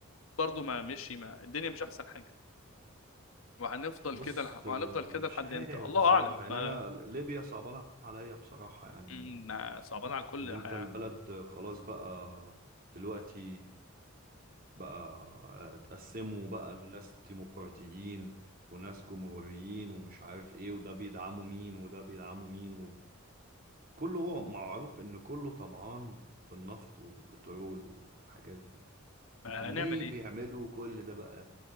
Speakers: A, on the left (about 80°); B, on the right (about 45°).
A: برضه ما مشي ما الدنيا مش احسن حاجه وهنفضل
B: بص
A: كده لح-
B: آه،
A: وهنفضل كده
B: مش
A: لحد
B: عارف
A: امتى الله
B: بصراحة
A: اعلم
B: يعني
A: ما
B: أنا ليبيا صعبانة عليا بصراحة يعني
A: مم، صعبان على الكل
B: إن أنت
A: ح-
B: البلد خلاص بقى دلوقتي بقى آه، اتقسموا بقى الناس ديمقراطيين وناس جمهوريين ومش عارف إيه وده بيدعموا مين وده بيدعموا مين وكله هو معروف إن كله طمعان في النفط والبترول والحاجات دي
A: هنعمل
B: ليه
A: ايه؟
B: بيعملوا كل ده بقى